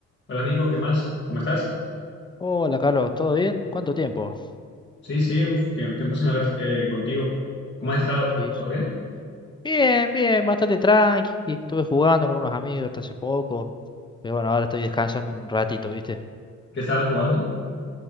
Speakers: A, on the left; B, on the left.
A: Hola Nico, ¿qué más? ¿Cómo estás?
B: Hola Carlos, ¿todo bien? ¿Cuánto tiempo?
A: Sí, sí, uf, que tiempo sin hablar eh, contigo. ¿Cómo has estado?
B: Sí.
A: ¿Todo
B: sí.
A: bien?
B: Bien, bien, bastante tranqui. Estuve jugando con unos amigos hasta hace poco. Pero bueno, ahora estoy descansando un ratito, ¿viste?
A: ¿Qué estaban jugando?